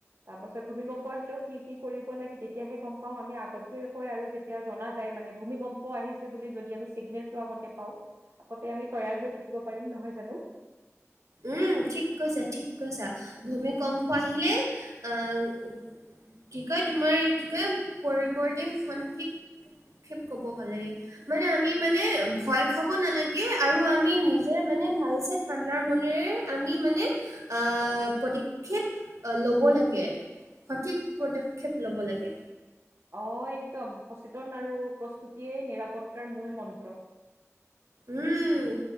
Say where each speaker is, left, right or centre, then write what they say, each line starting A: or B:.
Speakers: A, on the right; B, on the right.
A: তাৰ পাছত ভুমিকম্প আহিলেও কি কি কৰিব লাগে তেতিয়াহে গম পাওঁ, আমি আগতেও কয় আৰু যেত তিয়া জনা যায় মানে, ভূমিকম্প আহিছে বুলি যদি আমি চিগনেলটো আগতে পাওঁ আগতে আমি তৈয়াৰ হৈ থাকিব পাৰিম, নহয় জানো?
B: উম, ঠিক কৈছা, ঠিক কৈছা, ভূমিকম্প আহিলে, অ' কি কয়, তোমাৰ কি কয়, পৰিৱৰ্তে <unintelligible> ক'ব লাগে। মানে আমি মানে ভয় খাব নালাগে আৰু আমি নিজে মানে ভাল চে ঠাণ্ডাৰ ম নেৰে আমি মানে, আ', পদক্ষেপ ল'ব লাগে। সঠিক পদক্ষেপ ল'ব লাগে।
A: অ', একদম, সচেতন আৰু প্ৰস্তুতিয়ে নিৰাপত্তাৰ মূল মন্ত্ৰ।
B: উম,